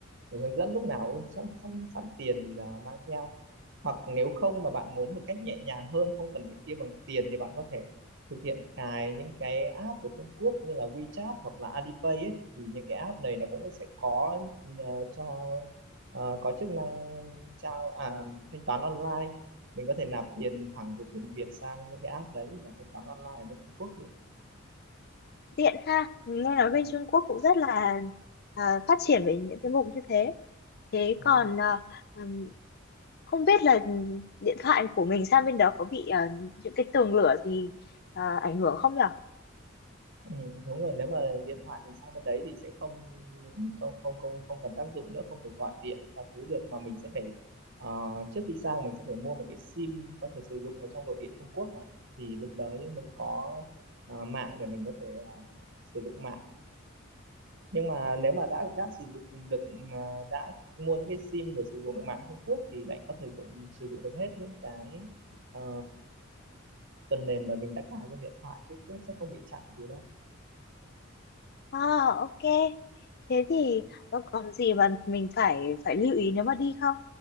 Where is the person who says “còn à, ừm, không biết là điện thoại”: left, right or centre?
Left